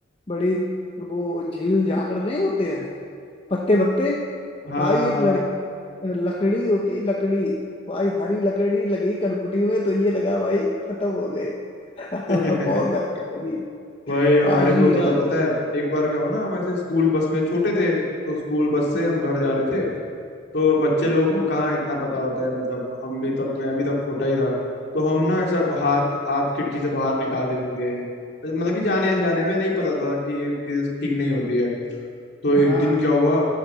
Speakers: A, on the left (about 30°); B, on the left (about 60°).
A: बड़ी वो झील झांकड़ नहीं होते हैं पत्ते पत्ते
B: हाँ
A: भाई
B: हाँ
A: एक लड़
B: हाँ
A: लकड़ी होती लकड़ी भाई हरी लकड़ी लगी कनपटी में तो ये लगा भाई खत्म हो गए <laughs> बहुत
B: <laughs>
A: भयंकर लगी
B: भाई हमारे
A: आज
B: भी
A: भी
B: होता
A: याद
B: था पता
A: है <laughs>
B: है एक बार क्या हुआ ना हम ऐसे स्कूल बस में छोटे थे तो स्कूल बस से
A: हम्म,
B: हम घर जा रहे थे तो बच्चे
A: हम्म,
B: लोग को कहाँ इतना पता होता है मतलब हम भी तब मैं भी तब छोटा ही था तो हम ना ऐसा हाथ हाथ खिड़की से बाहर निकाल देते थे मतलब कि जाने अनजाने
A: हम्म,
B: में नहीं पता था कि ये चीज ठीक नहीं होती है तो एक
A: हाँ
B: दिन क्या हुआ